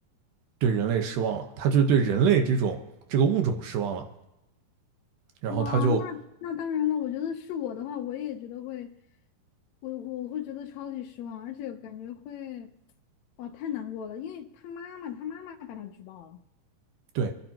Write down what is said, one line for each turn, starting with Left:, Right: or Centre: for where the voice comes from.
Right: 对人类失望了，他就对人类这种这个物种失望了，然后他就
Left: 哇，那那当然了，我觉得是我的话，我也觉得会，我我会觉得超级失望，而且感觉会，哇，太难过了，因为他妈妈，他妈妈把他举报了。
Right: 对，